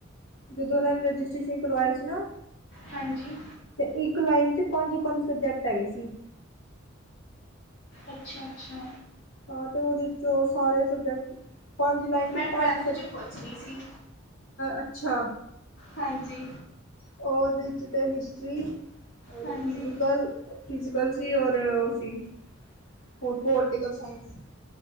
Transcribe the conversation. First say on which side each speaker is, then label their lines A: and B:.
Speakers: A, on the left; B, on the left.
A: ਜਦੋਂ ਉਹਨਾ ਨੇ ਰਜਿਸਟ੍ਰੇਸ਼ਨ ਕਰਵਾਇਆ ਸੀ ਨਾ।
B: ਹਾਂਜੀ।
A: ਤੇ ਇੱਕ ਲਾਈਨ 'ਚ ਪੰਜ-ਪੰਜ ਸਬਜੈਕਟ ਹੈਗੇ ਸੀ।
B: ਅੱਛਾ! ਅੱਛਾ!
A: ਆ, ਤੇ ਉਹਦੇ ਵਿੱਚੋ ਸਾਰੇ ਸਬਜੈਕਟ ਪੰਜ ਲਾਈਨ 'ਚ
B: ਮੈਂ
A: ਪੰਜ
B: ਟਵੈਲਥ
A: ਸਬ,
B: 'ਚ ਪੁੱਛ ਰਹੀ ਸੀ
A: ਅੱਛਾ?
B: ਹਾਂਜੀ।
A: ਉਹਦੇ 'ਚ ਤਾਂ ਹਿਸਟਰੀ ਓਰ
B: ਹਾਂਜੀ
A: ਫਿਜ਼ੀਕਲ, ਫਿਜ਼ੀਕਲ ਸੀ ਓਰ ਉਹ ਸੀ। ਹੋਰ ਪੋਲੀਟੀਕਲ ਸਾਇੰਸ।